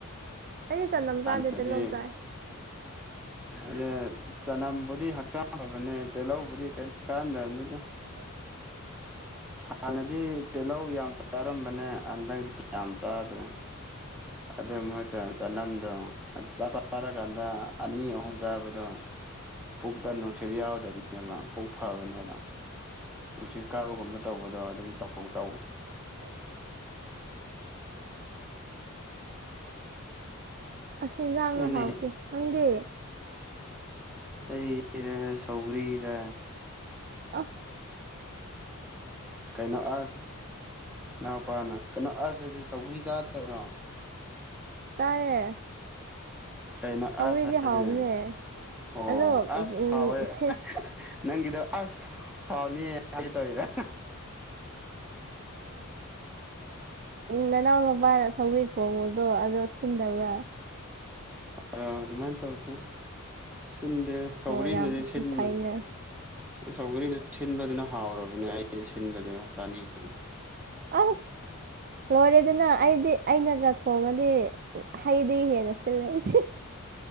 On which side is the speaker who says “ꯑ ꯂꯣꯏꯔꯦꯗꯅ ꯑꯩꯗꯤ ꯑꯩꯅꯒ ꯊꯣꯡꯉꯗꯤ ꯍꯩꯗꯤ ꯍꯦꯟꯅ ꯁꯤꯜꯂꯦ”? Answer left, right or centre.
Right